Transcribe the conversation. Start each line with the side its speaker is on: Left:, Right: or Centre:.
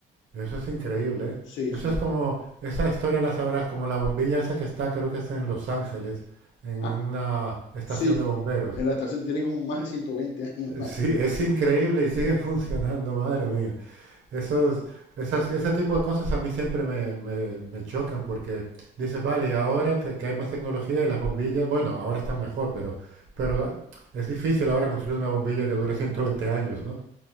Right: eso es increíble, ¿eh?
Left: Sí,
Right: Eso
Left: sí.
Right: es como, esa historia la sabrás, como la bombilla esa que está, creo que es en Los Ángeles, en,
Left: Ah,
Right: en una estación
Left: sí,
Right: de bomberos.
Left: en la estación tiene como más de 120 años.
Right: Eh,
Left: más.
Right: Sí, es increíble y sigue <laughs> funcionando, madre mía. Esos, esas, ese tipo de cosas a mí siempre me, me, me chocan porque dices, vale, y ahora te- que hay más tecnología y las bombillas, bueno, ahora están mejor, pero, pero ah, es difícil ahora construir una bombilla que dure 120 años, ¿no?